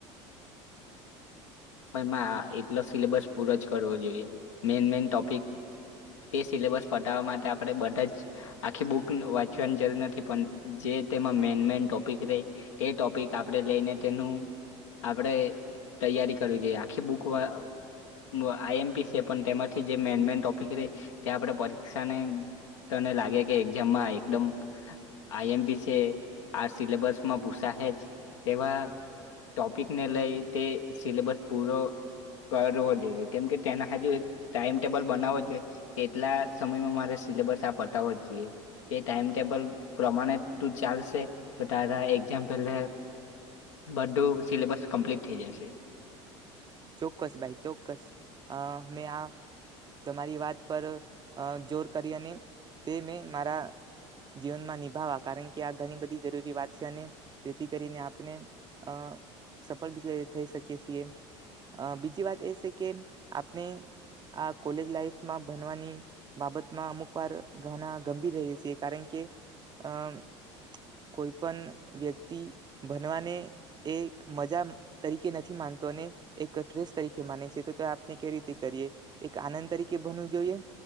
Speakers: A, on the left; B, on the right.
A: <unintelligible> એટલો સિલેબસ પૂરો જ કરવો જોઈએ મેન મેન ટોપિક તે સિલેબસ પઠાવવા માટે આપણે બધા જ આખી બુક વાંચવાની જરૂર નથી પણ જે તેમાં મેન મેન ટોપિક રે તે ટોપિક આપણે લઈને તેનું આપણે તૈયારી કરવી જોઈએ આખી બુક આ આઈ એમ પી છે, પણ તેમાંથી જે મેન મેન ટોપિક રે તે આપણે પરીક્ષાને તને લાગે કે એઝામમાં એકદમ આઈ એમ પી છે આ સિલેબસમાં પૂસા હેજ તેવા ટોપિકને લઈ તે સિલેબસ પૂરો કરવો જોઈએ કેમ કે તેના હજુ એક ટાઈમટેબલ બનાવો જોઈએ કેટલા સમયમાં મારે સિલેબસ આ પતાવો જોઈએ તે ટાઈમટેબલ પ્રમાણે તું ચાલશે તો તારા એક્ઝામ પહેલા બધું સિલેબસ કમ્પ્લીટ થઈ જશે.
B: ચોક્કસ ભાઈ ચોક્કસ અ મેં આ તમારી વાત પર આ જોર કરી અને તે મેં મારા જીવનમાં નિભાાવવા કારણ કે આ ઘણી બધી જરૂરી વાત છે અને જેથી કરીને આપને આ સફળી થઈ શકી છીએ અ બીજી વાત એ છે કે આપણે આ કોલેજ લાઈફમાં ભનવાની બાબતમાં અમુક વાર ઘણા ગંભીર રહી છીએ કારણ કે અમ કોઈ પણ વ્યક્તિ ભનવાને એ મજા તરીકે નથી માનતો ને એક <unintelligible> તરીકે માને છે. તો આપને કેવી રીતે કરીએ એક આનંદ તરીકે બનવું જોઈએ